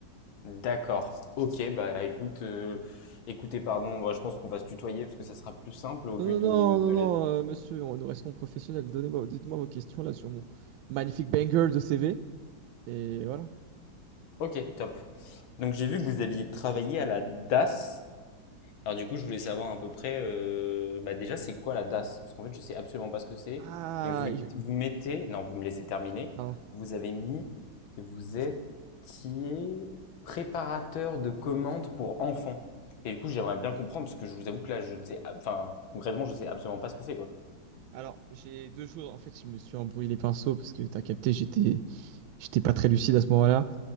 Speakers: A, on the left (about 90°); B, on the right (about 85°).
A: D'accord. Ok, bah écoute, euh, écoutez, pardon, bah, je pense qu'on va se tutoyer parce que ça sera plus simple au
B: Non,
A: vu de,
B: non, non,
A: de
B: non, non,
A: la-
B: euh, monsieur, on- nous restons professionnels. Donnez-moi, dites-moi vos questions là sur mon magnifique banger de CV. Et voilà.
A: Ok, top. Donc j'ai vu que vous aviez travaillé à la DAS. Alors du coup, je voulais savoir à peu près, euh, bah déjà, c'est quoi la DAS? Parce qu'en fait, je sais absolument pas ce que c'est.
B: Ah,
A: Et vous,
B: et je-
A: vous mettez, non, vous me laissez terminer.
B: pardon.
A: Vous avez mis que vous étiez préparateur de commandes pour enfants. Et du coup, j'aimerais bien comprendre parce que je vous avoue que là, je ne sais, enfin, concrètement, je sais absolument pas ce que c'est, quoi.
B: Alors, j'ai deux choses. En fait, je me suis embrouillé les pinceaux parce que t'as capté, j'étais, j'étais pas très lucide à ce moment-là.